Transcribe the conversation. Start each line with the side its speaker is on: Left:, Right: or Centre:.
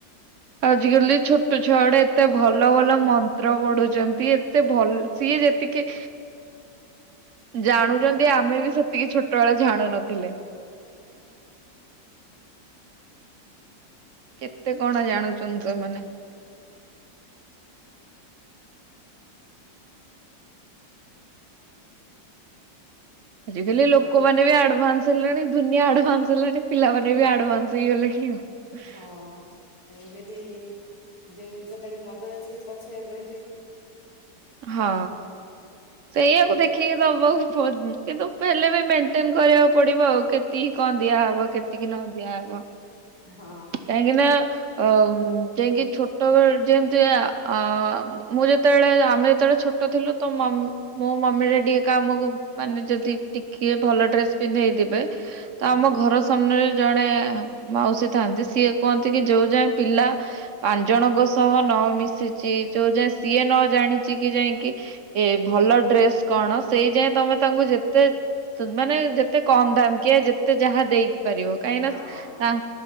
Right: ଆଜିକାଲି ଛୋଟ ଛୁଆ ଗୁଡେ ଏତେ ଭଲ ଭଲ ମନ୍ତ୍ର ପଢୁଛନ୍ତି। ଏତେ ଭଲ ସିଏ ଯେତିକି ଜାଣୁଛନ୍ତି
Left: ହଁ
Right: ଆମେ ବି ସେତିକି ଛୋଟ ବେଳେ ଜାଣୁ ନଥିଲେ। କେତେ କଣ ଜାଣୁଛନ୍ତି ସେମାନେ। ଆଜିକାଲି
Left: ଏବେ
Right: ଲୋକମାନେ
Left: ତ
Right: ବି ଆଡଭାନ୍ସ ହେଲେଣି ଦୁନିଆ ଆଡଭାନ୍ସ ହେଲାଣି ପିଲାମାନେ ବି ଆଡଭାନ୍ସ ହେଇଗଲେଣି ଆଉ।
Left: ହଁ। ତାଙ୍କୁ ଯଦି ଯୋଉ ଜିନିଷ ଟା ବି ନଦେବା ସେ ପଛରେ ରହିଯିବେ
Right: ହଁ ସେଇଆକୁ ଦେଖିକି ଦବାକୁ ପଡ, କିନ୍ତୁ ହେଲେ ବି ମେନ୍ ଟେନ୍ କରିବାକୁ ପଡିବ ଆଉ କେତିକି କଣ ଦିଆହବ କେତିକି ନ ଦିଆହବ।
Left: ହଁ।
Right: କାହିଁକି ନା ଅ ଯାଇକି ଛୋଟବେଳେ ଯେମିତି ଆ ମୁଁ ଯେତେବେଳେ ଆମେ ଯେତେବେଳେ ଛୋଟ ଥିଲୁ ତ ମମ୍ ମୋ ମମି, ଗାଡ଼ି ଏକା ଟିକେ ଆମକୁ ମାନେ ଯଦି ଟିକେ ଭଲ ଡ୍ରେସ ପିନ୍ଧେଇ ଦେବେ ତ
Left: ହୁଁ
Right: ଆମ ଘର ସାମ୍ନାରେ ଜଣେ ମାଉସୀ ଥାଆନ୍ତି ସିଏ କୁହନ୍ତି କି ଯୋଉ ଯାଏ ପିଲା ପାଞ୍ଚ ଜଣଙ୍କ ସହ ନ ମିଶିଛି, ଯୋଉ ଯାଏ ସିଏ ନ ଜାଣିଛି କି ଯାଇକି ଏ ଭଲ ଡ୍ରେସ କଣ ସେଇ ଯାଇଏ ତମେ ତାଙ୍କୁ ଯେତେ ମାନେ ଯେତେ କମ ଦାମିକିଆ ଯେତେ ଯାହା ଦେଇ ପାରିବ। କାହିଁକି
Left: ହଁ।
Right: ନା